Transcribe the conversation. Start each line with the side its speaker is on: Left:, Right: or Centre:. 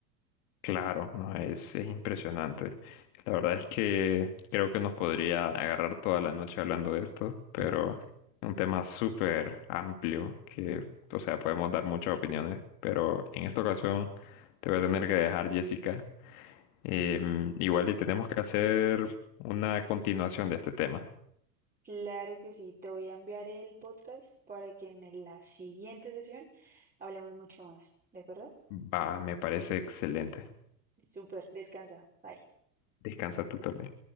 Left: Claro, no, es, es impresionante. La verdad es que creo que nos podría agarrar toda la noche hablando de esto, pero
Right: Entiendo.
Left: es un tema súper amplio que, o sea, podemos dar muchas opiniones, pero en esta ocasión te voy a tener que dejar, Jessica. Em, igual y tenemos que hacer una continuación de este tema.
Right: Claro que sí, te voy a enviar el podcast para que en la siguiente sesión hablemos mucho más, ¿de acuerdo?
Left: Va, me parece excelente.
Right: Súper, descansa. bye.
Left: Descansa tú también.